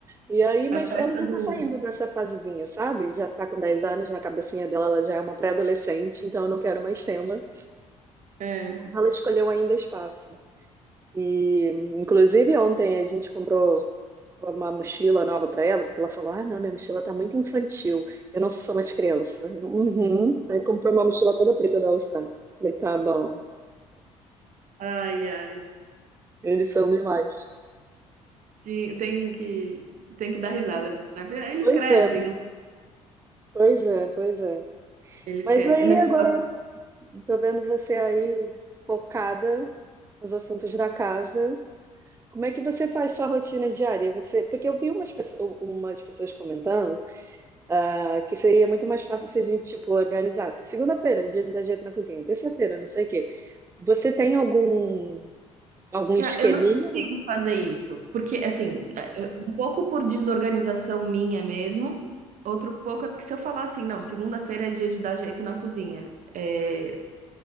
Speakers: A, on the right; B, on the right.
A: E aí, mas
B: a festa
A: ela já
B: do.
A: tá saindo dessa fasezinha, sabe? Já tá com 10 anos, na cabecinha dela ela já é uma pré-adolescente, então eu não quero mais tema.
B: É.
A: Ela escolheu ainda espaço. E, inclusive, ontem a gente comprou uma mochila nova para ela, porque ela falou: Ah, não, minha mochila tá muito infantil, eu não sou mais criança. Uhum. Aí comprou uma mochila toda preta da All-Star. Falei: Tá bom,
B: Ai, ai.
A: eles são demais.
B: Ti- Tem que, tem que dar risada, né? Eles
A: Pois
B: crescem,
A: é,
B: não?
A: pois é, pois é.
B: Eles
A: Mas
B: crescem.
A: aí
B: Nesse
A: agora
B: negócio,
A: tô vendo você aí focada nos assuntos da casa. Como é que você faz sua rotina diária? Você, porque eu vi umas pessoas, umas pessoas comentando. Ah, que seria muito mais fácil se a gente, tipo, organizasse. Segunda-feira, dia de dar jeito na cozinha. Terça-feira, não sei o quê. Você tem algum, algum esqueminha?
B: Cara, Eu não consigo fazer isso, porque, assim, é, eu- um pouco por desorganização minha mesmo, outro pouco é porque se eu falar assim, não, segunda-feira é dia de dar jeito na cozinha, é,